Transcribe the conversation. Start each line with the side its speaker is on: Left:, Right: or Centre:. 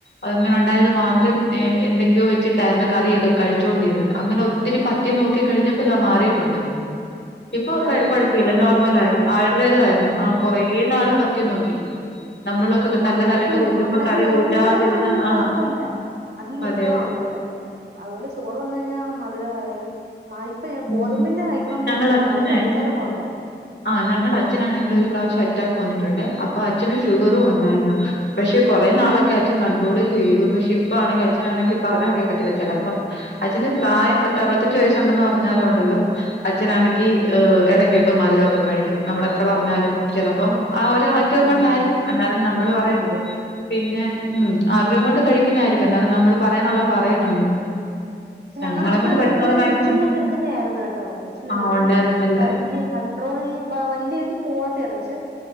Left: അ ഇങ്ങനെ ഉണ്ടായത് മാത്രം എന്തൊക്കെയോ വെച്ചിട്ടായിരുന്നു കറിയൊക്കെ കഴിച്ചോ ണ്ടിരുന്നത് അങ്ങനെ ഒത്തിരി പത്യം നോക്കി കഴിഞ്ഞപ്പോ ദാ മാറിട്ടുണ്ട് ഇപ്പൊക്കെ
Right: മാറിയിട്ടുണ്ട്
Left: കൊഴപ്പമില്ല
Right: ഇപ്പൊ കൊഴപ്പമില്ലല്ലേ
Left: നോർമല് ആയി ആയുർവേദ ആയിരുന്നു ആ കൊറേനാള് പത്യം നോക്കി നമ്മളൊക്കെ
Right: ആ
Left: നല്ല
Right: അങ്ങനെയൊക്കെ
Left: കറികള് കൂട്ടുമ്പോ
Right: അങ്ങനെയൊക്കെ
Left: കറി
Right: നോക്കുന്നവർക്കാന്നെങ്കി
Left: കൂട്ടാതിരുന്ന് ആ
Right: കൊഴപ്പവില്ല അതിൽ
Left: അതെ
Right: നിക്കണം
Left: അതെ.
Right: അതുപോലെ അതുപോലെ ചോറ് തിന്നു കഴിഞ്ഞാ മധുരം ആയാലും ഇപ്പൊ
Left: ഉ
Right: ഗോതമ്പിന്റെ കഴിക്കണംന്ന്
Left: ഞങ്ങടെ അച്ഛനെ
Right: അത് കഴിച്ചാലും കുഴപ്പാ
Left: ആ ഞങ്ങടഛ ച്ഛനാണെങ്കില് ഒരു പ്രാവശ്യം അറ്റാക്ക് വന്നിട്ടുണ്ടെ അപ്പൊ അച്ഛനു ഷുഗറും ഒണ്ടായിരുന്നു പക്ഷെ കൊറെ നാളൊക്കെ അച്ഛൻ കണ്ടട്രോള് ചെയ്തു പക്ഷെ ഇപ്പോ ആണെങ്കി അച്ഛനാണെങ്കിൽ പറഞ്ഞാ കേക്കത്തില്ല ചെലപ്പം അഛന് പ്രായം പത്തറുപത്തഞ്ച് വയസുണ്ടെന്ന് പ റഞ്ഞാലു ഒണ്ടല്ലോ അച്ഛനാണെങ്കി എടക്കൊക്കെ മധുരൊക്കെ കഴിക്കും നമ്മളെത്ര പറഞ്ഞാലും ചെലപ്പം ആ ഒരാഗ്രഹം
Right: ഉം
Left: കൊണ്ടായിരിക്കും എന്നാലും നമ്മള് പറയും
Right: അതെ
Left: പിന്നെ ഇം ആഗ്രഹം കൊണ്ട് കഴിക്കുന്നായിരിക്കും എന്നാലും നമ്മള് പറയാനൊള്ള പറയുന്നുണ്ട്
Right: പക്ഷെ
Left: ഞങ്ങളെ
Right: ഞങ്ങടെ അമ്മ
Left: കൊണ്ട് പറ്റുന്നോളം
Right: രണ്ടു നേരം
Left: മാക്സിമം
Right: ഇൻസുലിനൊക്കെ എടു ക്കുന്നായിരുന്നു കേട്ടോ ഇൻസുലിൻ
Left: ആ
Right: എടുക്കും
Left: ഉണ്ടായിരുന്നല്ലേ
Right: വല്ല്യ കണ്ട്രോൾ വലിയ രീതിൽ പോവാത്താരുന്നു പക്ഷെ